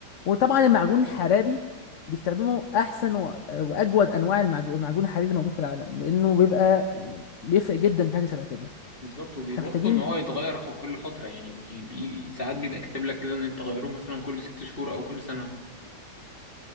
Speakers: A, on the left; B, on the left.
A: وطبعا المعجون الحراري بيستخدموا احسن و- واجود انواع المعجو- المعجون الحراري اللي موجود في العالم لانه بيبقى آه، بيفرق جدا في حاجه شبه كده
B: بالظبط وبيبطلوا
A: احنا محتاجين
B: ان هو يتغير في كل فتره يعني بي بي ساعات بيبقى كاتب لك كده ان انت تغيره مثلا كل ست شهور او كل سنه